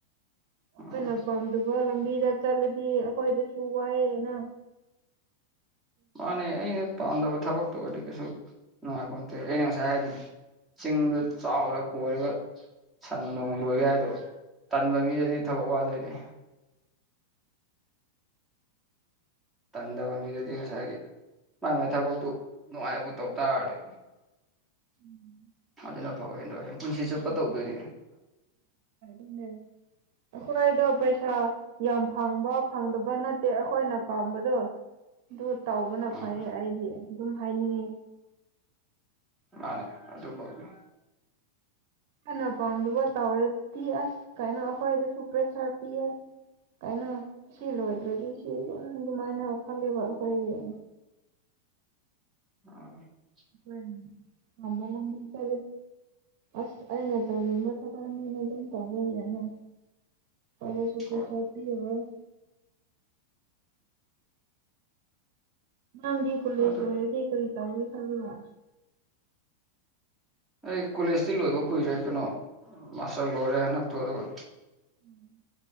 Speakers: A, on the right (about 55°); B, in the centre.
A: ꯑꯩꯈꯣꯏꯅ
B: ꯎꯝ
A: ꯄꯥꯝꯗꯕ ꯂꯝꯕꯤꯗ ꯆꯠꯂꯗꯤ ꯑꯩꯈꯣꯏꯗ ꯁꯨꯋꯥꯑꯅ
B: ꯃꯥꯅꯦ ꯑꯩꯅ ꯄꯥꯝꯗꯕ ꯊꯕꯛꯇꯔꯗꯤ ꯀꯩꯁꯨ ꯅꯨꯡꯉꯥꯏꯕꯇꯦ ꯑꯩꯅ ꯉꯁꯥꯏ ꯍꯥꯏꯗꯣꯏꯅꯤ ꯆꯤꯡꯗꯨ ꯆꯥꯎꯔ ꯀꯣꯏꯔꯒ ꯁꯟ ꯅꯣꯡ ꯂꯣꯏꯒꯦ ꯍꯥꯏꯗꯣ ꯇꯟꯕ ꯃꯤꯗꯗꯤ ꯊꯕꯛ ꯋꯥꯗꯣꯏꯅꯦ ꯇꯟꯗꯕ ꯃꯤꯗꯗꯤ ꯉꯁꯥꯏꯒꯤ ꯃꯥꯏ ꯃꯥꯏ ꯊꯕꯛꯇꯨ ꯅꯨꯡꯉꯥꯏꯕꯨ ꯇꯧ ꯇꯥꯔꯔꯗꯤ
A: ꯎꯝ
B: ꯑꯗꯨꯅ ꯐꯧ ꯍꯦꯦꯟꯗꯣ ꯍꯌꯦꯡ ꯄꯨꯟꯁꯤ ꯆꯨꯞꯄ ꯇꯧꯗꯣꯏꯅꯦ
A: ꯎꯝꯅꯦ ꯁꯅꯥꯏꯗ ꯄꯩꯁꯥ ꯌꯥꯝ ꯐꯪꯕ ꯐꯪꯗꯕ ꯅꯠꯇꯦ ꯑꯩꯈꯣꯏꯅ ꯄꯥꯝꯕꯗꯣ ꯑꯗꯨ ꯇꯧꯕꯅ
B: ꯎꯝ
A: ꯐꯩꯌꯦ ꯑꯩꯗꯤ ꯑꯗꯨꯝ ꯍꯥꯏꯅꯤꯡꯉꯤ
B: ꯃꯥꯅꯦ ꯑꯗꯨ ꯑꯗꯨ ꯍꯧꯗ
A: ꯍꯥꯟꯅ ꯄꯥꯝꯗꯕ ꯇꯧꯔꯗꯤ ꯑꯁ ꯀꯩꯅꯣ ꯑꯩꯈꯣꯏꯗꯁꯨ ꯄ꯭ꯔꯦꯁꯥꯔ ꯄꯤꯌꯦ ꯀꯩꯅꯣ ꯁꯤ ꯂꯣꯏꯗ꯭ꯔꯗꯤ ꯁꯤ ꯑꯗꯨꯃꯥꯏꯅ ꯈꯜꯂꯤꯕ ꯑꯩꯈꯣꯏꯒꯤ
B: ꯑ <unintelligible> <inaudible>
A: ꯍꯣꯏ ꯑꯝꯕꯜ ꯇ ꯑꯁ ꯑꯅ ꯇ ꯅꯤꯡꯝꯕ ꯊꯅꯗ ꯇꯧꯕꯗ ꯍꯅ ꯇꯗꯁꯨꯄ꯭ꯔ
B: ꯍꯣꯏ
A: ꯁꯥꯇꯤꯕ ꯅꯝꯗꯤ ꯀꯣꯂꯦꯖ
B: ꯑꯗꯨ
A: ꯑꯣꯏꯔꯗꯤ ꯀꯔꯤ ꯇꯧꯒꯦ ꯈꯜꯂꯤꯕ
B: ꯑꯩ ꯀꯣꯂꯦꯖꯇꯤ ꯂꯣꯏꯕ ꯀꯨꯏꯔꯦ ꯀꯩꯅꯣ ꯃꯥꯁꯇꯔ ꯂꯣꯏꯔꯦ ꯍꯟꯗꯛꯇꯣ ꯑꯗꯨꯒ
A: ꯎꯝ